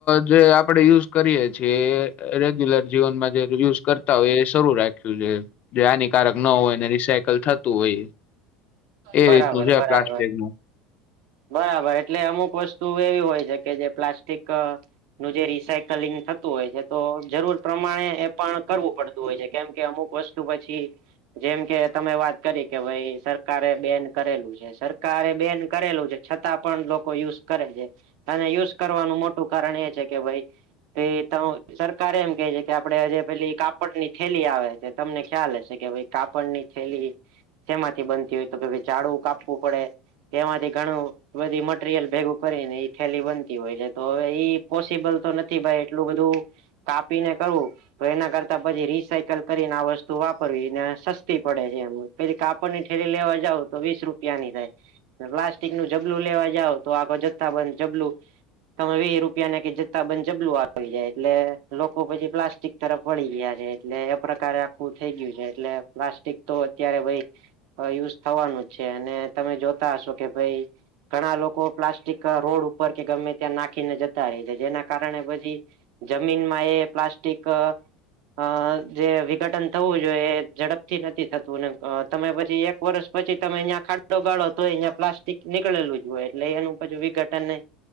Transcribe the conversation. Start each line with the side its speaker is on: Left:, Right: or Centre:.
Left: જે આપડે યુઝ કરીયે છીએ રેગ્યુલર જીવનમાં જે યુઝ કર તા હોય એ સારું રાખ્યું છે જે હાનિકારક ન હોયને રિસાયકલ થતું હોય. એ
Right: બરાબર
Left: રીતનું છે આ
Right: બરાબર
Left: પ્લાસ્ટિક નું.
Right: બરાબર એટલે અમુક વસ્તુ એવી હોય છે કે જે પ્લાસ્ટિક આ નું જે રિસાયકલિંગ થતું હોય છે એ તો જરૂર પ્રમાણે એ પણ કરવું પડતું હોય છે કેમ કે અમુક વસ્ વસ્તુ પછી જેમ કે તમે વાત કરી કે ભાઈ સરકારે બેન કરેલું છે સરકારે બેન કરેલું છે. છતાં પણ લોકો યુઝ કરે છે અને યુઝ કરવાનું મોટું કારણ એ છે કે ભાઈ એ તો સરકારે એમ કહે છે કે આપડે જે પેલી કાપડ ની થેલી આવે છે તમને ખ્યાલ હશે કે ભાઈ કાપડ ની થેલી શેમાંથી બનતી હોય તો કે ભઈ ઝાડું કાપવું પડે તેમાંથી ઘણું બધી મટીરિયલ ભેગું કરીને ઈ થેલી બનતી હોય છે તો હવે ઈ પોસિબલ તો નથી ભાઈ એટલું બધું કાપી ને કરવું તો એના કરતા પછી રીસાયકલ કરીને આ વસ્તુ વાપરવી ને સસ્તી પડે છે એમ. પેલી કાપડ ની ઠેલી લેવા જાવ તો વીસ રૂપિયાની થાય ને પ્લાસ્ટિક નું જબલું લેવા જવો તો આખો જથ્થા બંધ જબલુ તમે વિહા રૂપિયા ને કે જથ્થા બંધ જબલું આવી જાય એટલે લોકો પછી પ્લાસ્ટિક તરફ વળી ગયા છે એટલે એ પ્રકારે આખું થઈ ગયું છે એટલે પ્લાસ્ટિક તો અત્યારે ભાઈ તો યુઝ થવાનું જ છે ને તમે જોતા હશો કે ભાઈ ઘણા લોકો પ્લાસ્ટિક અ રોડ ઉપર કે ગમે ત્યાં નાખીને જતા રહે છે જેના કારણે પછી જમીનમાં એ પ્લાસ્ટિક અ અ જે વિઘટન થવું જોઈએ એ ઝડપથી નથી થતું ને તમે પછી એક વર્ષ પછી તમે અહીંયા ખાડો ગાળો તો અહીંય પ્લાસ્ટિક નીકળેલું જ હોય એટલે એનું પછું વિઘટન નહી